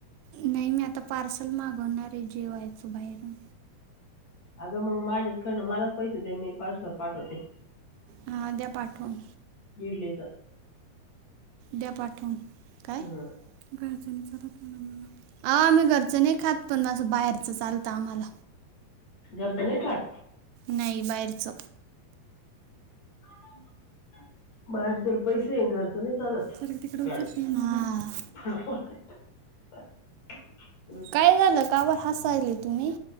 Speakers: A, on the right; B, on the left.
A: नाही मी आता पार्सल मागवणार ये, जेवायचं बाहेरून
B: अगं मंग माझ्याचं कडन, मलाच पैसे दे मी पार्सल पाठवते. -
A: हा द्या पाठवून.
B: इडलीच
A: द्या पाठवून
B: हम्म
A: काय? घरच्यांच <unintelligible> आम्ही घरचे नाही खात पण असं बाहेर सस चालतं आम्हांला,
B: घरचं नाही खात
A: नाही बाहेरच.
B: <unintelligible> पैसे घरच नाही चालत.
A: सारखं तिकडे उचलत
B: काय?
A: नाही मोबाईल हा
B: <unintelligible>
A: 'काय झालं, का बरं हसायले तुम्ही?